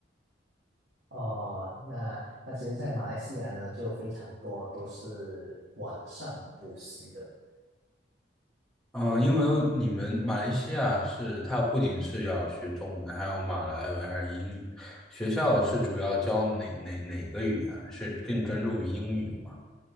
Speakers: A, on the right; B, in the centre.
A: 哦，那那其实，在马来西亚呢，就非常多都是晚上补习的，
B: 嗯，呃因为你们马来西亚是，它不仅是要学中文，还有马来文还是英语。学校是主要教哪哪哪个语言？是更专注于英语吗？